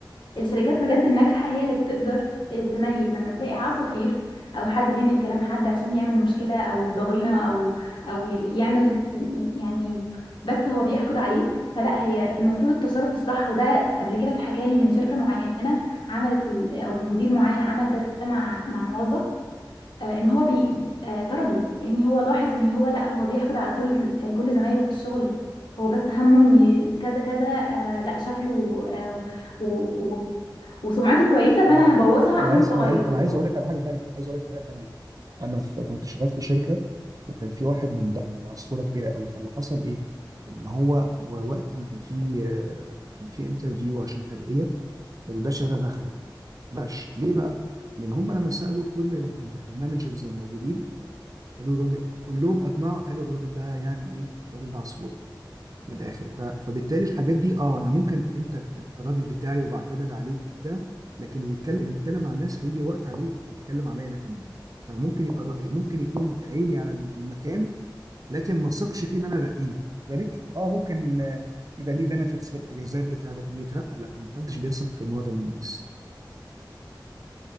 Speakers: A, on the left; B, on the right.
A: الشركات بجد الناجحة هي اللي بتقدر آه، بتميز لما تلاقي عصافير او حد بينقل كلام حد عشان يعمل مشكلة او ضغينة او او يل- يعمل يعني بس هو بيحقد عليه فلا هي المفروض التصرف الصح وده قبل كده اتحكى لي من شركة معينة عملت ال- او مدير معين عمل ده مع مع موظف آه، ان هو بي آه، طرده لان هو لاحظ ان هو لا هو بيحقد على كل آه، كل زمايله في الشغل هو بس همه ان كذا كذا آه، لا شكله آه، و... و... وسمعته كويسه
B: <laughs>
A: فانا هبوظها عشان
B: انا عايز
A: هو
B: انا
A: غيران
B: عايز انا عايز اقول لك على حاجه تانية عايز اقول لك على حاجه تانية انا في كنت شغال في شركه وكان في واحد من ده من عصفوره كبيره قوي فاللي حصل ايه ان هو وقت ما كان في كان في انترفيو عشان ترقيه الباشا ده دخل ماشي ليه بقى لان هم لما سالوا كل ال- ال- المانجرز الموجودين قالوا الراجل كلهم اجمعوا قالوا الراجل ده يعني ايه الراجل ده عصفوره من الاخر ف... فبالتالي الحاجات دي اه انا ممكن انت انت الراجل بتاعي وبعتمد عليك وبتاع لكن اللي يتكلم اللي يتكلم على الناس هيجي وقت عليه يتكلم عليا انا كمان فممكن يبقى الرأي ممكن يكون عيني على المكان لكن ما ثقش فيه ان انا ارقيه ذلك اه ممكن آه، يبقى ليه بنفيتس في الاجازات بتاع لكن اللي يترقى لا ما حدش بيثق في النوع ده من الناس